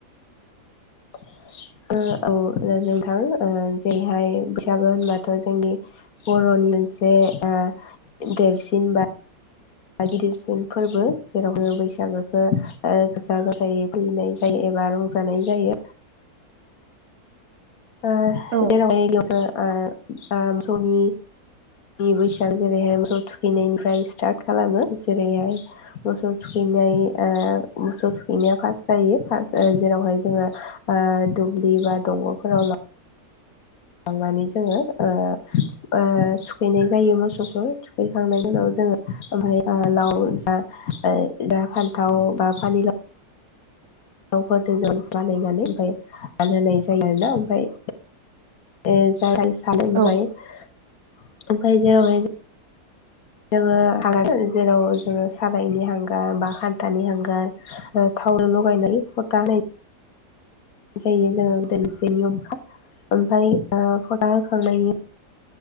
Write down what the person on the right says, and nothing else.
<inaudible>
औ
औ